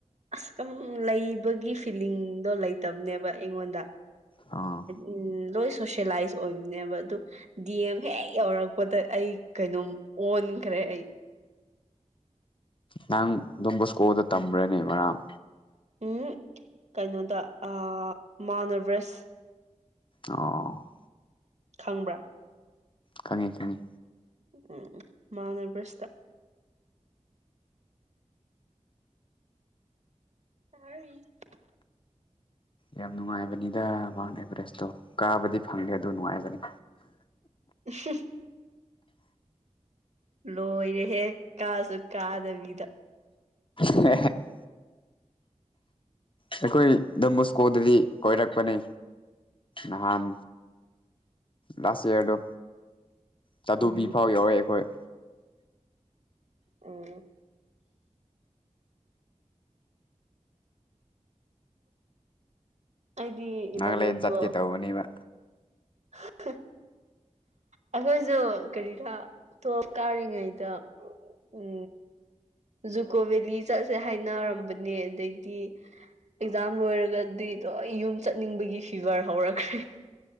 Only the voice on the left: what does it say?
ꯑꯥ
ꯅꯪ ꯗ‌ꯣꯝ ꯕꯣꯁꯀꯣꯗ ꯇꯝꯕ꯭ꯔꯅꯦ ꯃꯔꯥꯡ
ꯑꯣ
ꯈꯪꯉꯤ ꯈꯪꯉꯤ
ꯌꯥꯝ ꯅꯨꯡꯉꯥꯏꯕꯅꯤꯗ ꯃꯥꯎꯟ ꯑꯦꯚꯔꯦꯁꯇꯣ ꯀꯥꯕꯗꯤ ꯐꯪꯗ‌ꯦ ꯑꯗꯨ ꯅꯨꯡꯉꯥꯏꯕꯅꯤ
<unintelligible> ꯑꯩꯈꯣꯏ ꯗ‌ꯣꯝꯕꯣꯁꯀꯣꯗꯗꯤ ꯀꯣꯏꯔꯛꯄꯅꯦ ꯅꯍꯥꯟ ꯂꯥꯁ ꯏꯌꯥꯔꯗ ꯆꯥꯗꯨꯕꯤ
ꯐꯥꯎ ꯌꯧꯋ‌ꯦ ꯑꯩꯈꯣꯏ
ꯅꯥꯒꯥꯂꯦꯟ ꯆꯠꯀꯦ
ꯇꯧꯕꯅꯦꯕ